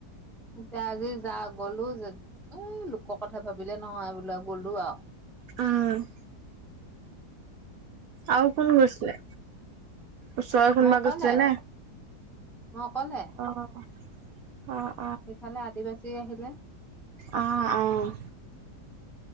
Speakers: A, in the centre; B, on the right.
A: এতিয়া আজি যা গ'লো যে এই লোকৰ কথা ভাবিলে নহয় বোলো গ'লো আৰু।
B: উম। আৰু কোন গৈছিলে? ওচৰে কোনোবা
A: মই অকলে
B: গৈছিলে নে
A: মই অকলে
B: অ' অ'
A: সেইফালে আদিবাসী আহিলে।
B: অ' অ'